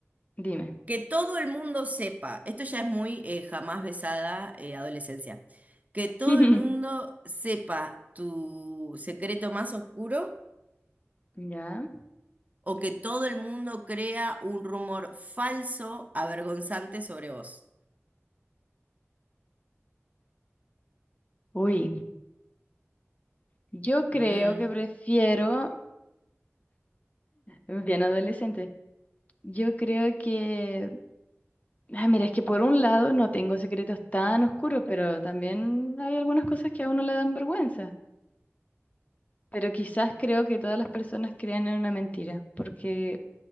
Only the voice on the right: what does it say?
Que todo el mundo sepa, esto ya es muy eh, jamás besada eh, adolescencia, que todo
el mundo sepa tu secreto más oscuro
o que todo el mundo crea un rumor falso, avergonzante sobre vos.
Mm,